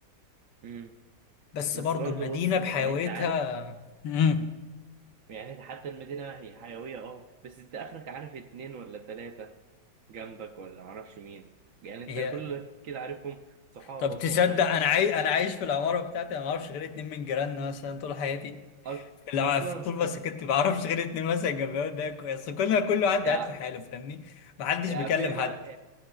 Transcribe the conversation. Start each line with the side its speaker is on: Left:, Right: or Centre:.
Right: امم
Left: بس
Right: بس
Left: برضو
Right: برضه
Left: المدينة
Right: بص
Left: بحيويتها
Right: يعني انت عارف
Left: امم
Right: يعني حتى المدينة هي حيوية اه بس انت اخرك عارف اتنين ولا تلاتة جنبك ولا معرفش مين يعني انت
Left: هي
Right: كل اللي كده عارفهم صحابك
Left: طب تصدق
Right: وقرايب
Left: انا عاي... انا عايش في العمارة بتاعتي انا ما اعرفش غير اتنين من جيراننا مثلا طول حياتي
Right: أص...
Left: لا
Right: اصلا
Left: طول
Right: <laughs>
Left: ما سكنت ما اعرفش غير اتنين مثلا جنبي وده كويس كلنا كل واحد
Right: يا
Left: قاعد في حاله فاهمني ما حدش
Right: يا
Left: بيكلم
Right: عم هنا
Left: حد